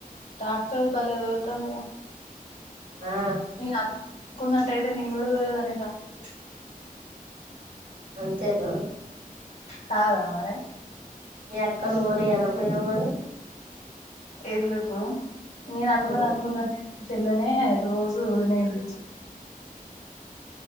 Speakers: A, on the left (about 80°); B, on the right (about 85°).
A: ట్రాక్టర్ బలే తోల్తుంది గా
B: ఆ
A: నేను అను కున్నట్టయితే నేను గూడ తోలేదాన్ని ట్రాక్టర్
B: అంతేనా
A: కాదా మరి
B: మీ అక్కని కోని అనపోయినవ మరి
A: ఎందుకు నేను అనుకున్నది
B: ఆ
A: అనుకున్నట్ చెల్లె అనే అది రోజు నేర్పిచ్చి